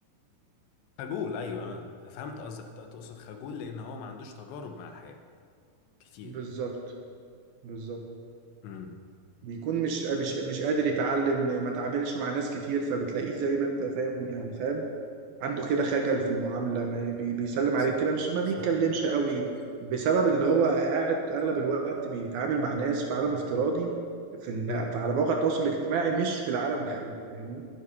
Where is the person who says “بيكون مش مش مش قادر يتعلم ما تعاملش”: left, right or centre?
Right